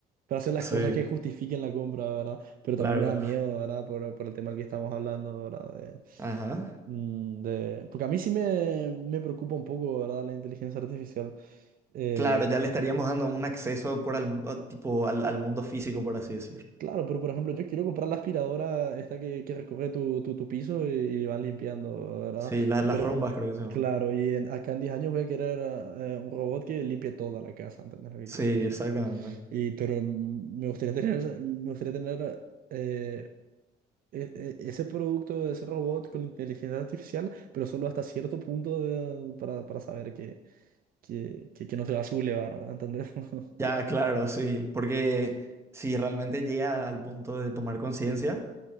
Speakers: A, on the right; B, on the right.
A: para hacer las
B: Sí,
A: cosas que justifiquen la compra, ¿verdad? Pero también
B: claro.
A: me da miedo, ¿verdad? Por, por el tema del que estamos hablando, ¿verdad? De-
B: Ajá.
A: mm, de- porque a mí sí me, me preocupa un poco, ¿verdad? La inteligencia artificial. Eh,
B: Claro, ya le estaríamos dando un acceso por al, o tipo, al, al mundo físico, por así decir.
A: Claro, pero por ejemplo, yo quiero comprar la aspiradora esta que, que recoge tu, tu, tu piso y, y va limpiando, ¿verdad?
B: Sí, la- las
A: Pero,
B: rumbas creo que se llama.
A: claro, y en- acá en 10 años voy a querer eh, un robot que limpie toda la casa, ¿entendés lo que
B: Sí,
A: quiero decir,
B: exactamente.
A: no? Y, pero mm, me gustaría tener, esa- me gustaría tener eh, e- e- ese producto, ese robot con inteligencia artificial, pero solo hasta cierto punto de- para, para saber que, que, que, que no se va a sublevar, ¿entendés? <laughs>
B: Ya, claro, sí, porque si realmente llega al punto de tomar conciencia,